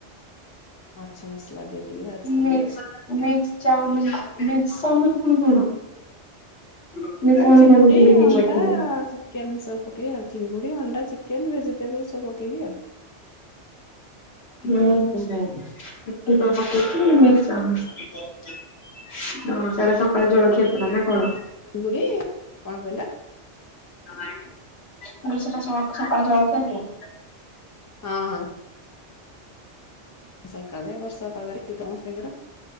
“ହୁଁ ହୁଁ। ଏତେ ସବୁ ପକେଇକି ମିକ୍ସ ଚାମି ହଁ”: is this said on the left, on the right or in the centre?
Left